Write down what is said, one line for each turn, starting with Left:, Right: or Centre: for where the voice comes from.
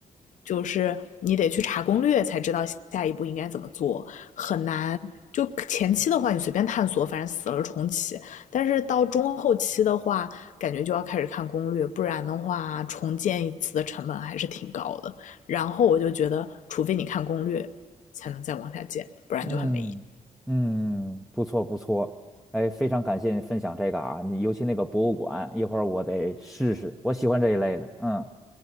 Left: 就是你得去查攻略才知道下一步应该怎么做，很难。就前期的话，你随便探索，反正死了重启。但是到中后期的话，感觉就要开始看攻略，不然的话，重建一次的成本还是挺高的。然后我就觉得，除非你看攻略，才能再往下建，不然就很没意思。
Centre: 嗯嗯，不错不错，哎，非常感谢你分享这个啊，你尤其那个博物馆，一会儿我得试试，我喜欢这一类的。嗯，